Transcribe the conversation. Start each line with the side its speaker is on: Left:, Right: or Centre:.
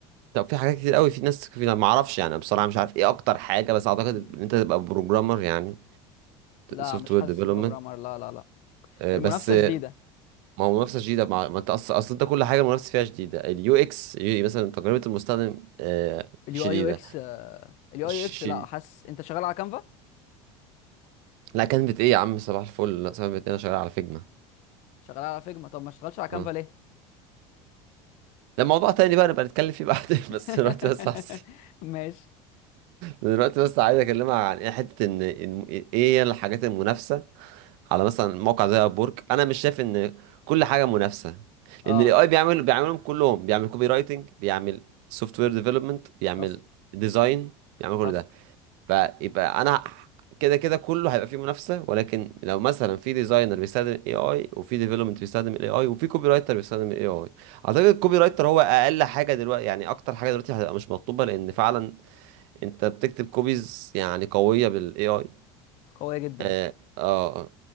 Right: طب في حاجات كتير قوي في ناس في ما اعرفش يعني بصراحه مش عارف ايه اكتر حاجه بس اعتقد
Left: مم.
Right: ان انت تبقى بروجرامر يعني
Left: لا
Right: سوفت
Left: مش
Right: وير
Left: حاسس
Right: ديفلوبمنت
Left: بروجرامر لا لا لا
Right: بس
Left: المنافسه
Right: آه،
Left: شديده
Right: ما هو منافسه شديده ما ما انت اصل اصل انت كل حاجه المنافسه فيها شديده اليو اكس مثلا تجربه المستخدم آه،
Left: اليو
Right: شديده
Left: اي يو اكس اليو
Right: ش...
Left: اي يو اكس
Right: ش...
Left: لا حاسس انت شغال على كانفا
Right: لا كانت ايه يا عم صباح الفل لا كانت ايه انا شغال على فيجما
Left: شغال على فيجما طب ما اشتغلش على كانفا
Right: اه
Left: ليه
Right: ده موضوع تاني بقى نبقى نتكلم فيه بعدين
Left: <laughs>
Right: <laughs> بس دلوقتي بس عايز-
Left: ماشي
Right: دلوقتي بس عايز اكلمها عن ايه حته ان إن- ايه هي الحاجات المنافسه على مثلا موقع زي ابورك انا مش شايف ان كل حاجه منافسه
Left: اه
Right: لان الاي اي بيعمل بيعملهم كلهم بيعمل كوبي رايتنج بيعمل سوفت وير ديفلوبمنت بيعمل
Left: حصل
Right: ديزاين بيعمل
Left: حصل
Right: كل ده فيبقى انا كده كده كله هيبقى فيه منافسه ولكن لو مثلا في ديزاينر بيستخدم الاي اي وفي ديفلوبمنت بيستخدم الاي اي وفي كوبي رايتر بيستخدم الاي اي اعتقد الكوبي رايتر هو اقل حاجه دلوقتي يعني اكتر حاجه دلوقتي هتبقى مش مطلوبه لان فعلا انت بتكتب كوبيز يعني قويه بالاي اي
Left: قويه جدا
Right: اه اه